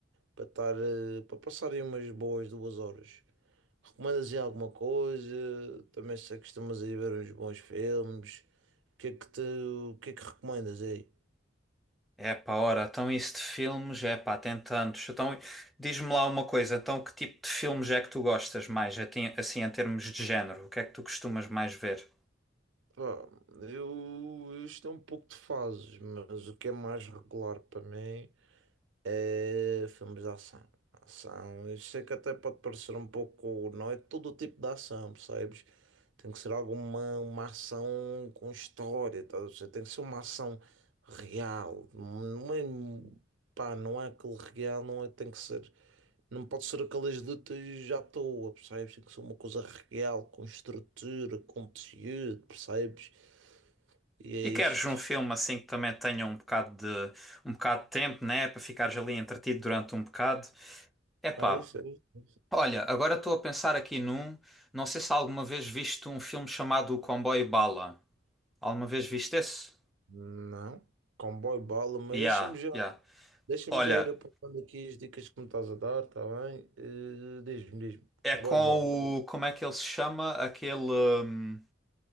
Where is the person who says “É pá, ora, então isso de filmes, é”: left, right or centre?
Centre